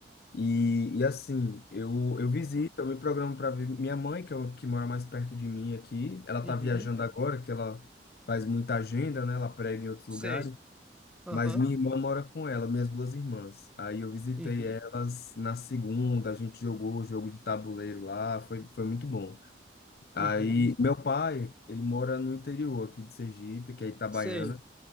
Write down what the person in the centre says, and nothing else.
uhum,
sei. Aham,
uhum,
uhum.
Sei.